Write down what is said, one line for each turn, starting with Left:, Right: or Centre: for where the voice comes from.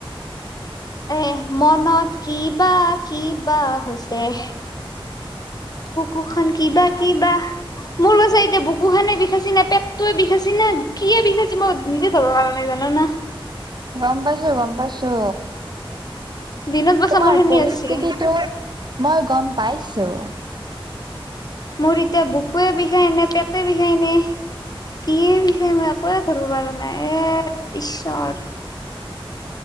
Left: এ মনত কিবা কিবা হৈছে। <unintelligible> বুকু খ কিবা কিবা মোৰ বাছে এতিয়া বুকু খে বিষা চি নাপেক <unintelligible> তইে বিষাইছি না কি বিষাইছি মই নিজে ধৰৰ কাৰণাই জানো না
Right: গম পাইছো গম পাইছো
Left: দিনত বছা
Right: তোমাৰ
Left: মোৰ সেনে
Right: পৰিস্থিতিটো
Left: হৈছি
Right: মই গম পাইছো
Left: মোৰ এতিয়া বুকুৱে বিষাই ন পেট বিষাই ন কিয়ে বিষাই একোৱে ধৰিব পৰা নাই এ ঈশ্বৰ <unintelligible>